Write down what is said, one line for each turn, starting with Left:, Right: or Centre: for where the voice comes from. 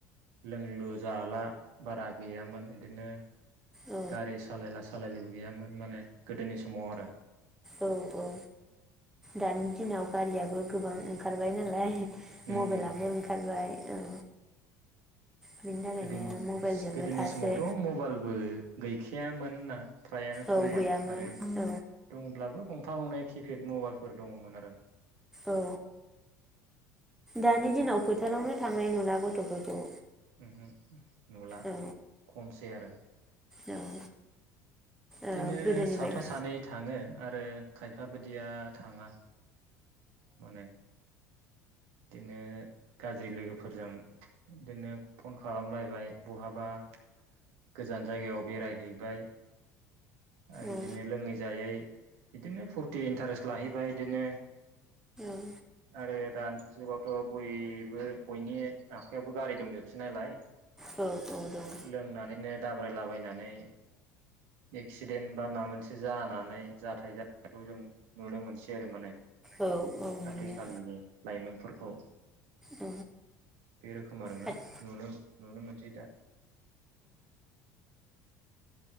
Right: लोंलु जाला बारा गैयामोन इदिनो
Centre: औ
Right: गारि सालायला सालायलिबो गैयामोन माने गोदोनि नि समाव आरो
Centre: औ औ दानि दिनाव गारियाबो गोबां खारबाय नालाय
Right: उम
Centre: मबाइलाबो
Right: उम
Centre: ओंखारबाय औ बिनि थाखायनो
Right: गोदोनि-गोदोनि
Centre: मबाइलजोंनो थासै
Right: समावथ मबाइलबो गैखायामोन ना फ्रायानो खममोन
Centre: औ गैयामोन
Right: आरो
Centre: औ
Right: दंङब्लाबो गंफा गंनै किपेड मबाइल फोर दङमोन आरो
Centre: औ दानि दिनाव फोथारावनो थांनाय नुला गथफोरखौ
Right: ओमहो नुला
Centre: औ
Right: खमसै आरो।
Centre: औ ओ
Right: बिदिनो
Centre: गोदोनि
Right: साफा
Centre: बायदि औ
Right: सानै थाङो आरो खायफा बायदिया थाङा माने बिदिनो गाज्रि लोगोफोरजों बिदिनो फन खालामलायबाय बहाबा गोजान जायगायाव बेरायहैबाय आरो बिदिनो
Centre: औ
Right: लोङै जायै बिदिनो फुरथि इन्टारेस्ट लाहैबाय बिदिनो
Centre: औ
Right: आरो दानि जुगावथ बयबो बयनि आखाइयावबो गारि दंजोबसै नालाय
Centre: औ दं
Right: लोंनानै बिदिनो दाब्रायलाबायनानै एक्सिडेन्ट बा माबा मोनसे जानानै जाथाय जखौ जों नुनो मोनसै आरो माने
Centre: औ औ नुयो
Right: आथिखालनि
Centre: औ
Right: लाइमोनफोरखौ
Centre: औ
Right: बे रोखोम आरोना
Centre: आरो
Right: नुनो मोनसै दा